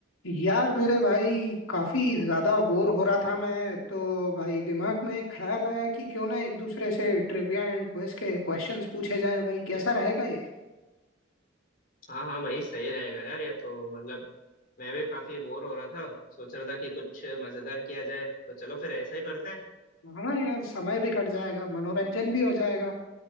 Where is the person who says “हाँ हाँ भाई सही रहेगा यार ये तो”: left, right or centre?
Left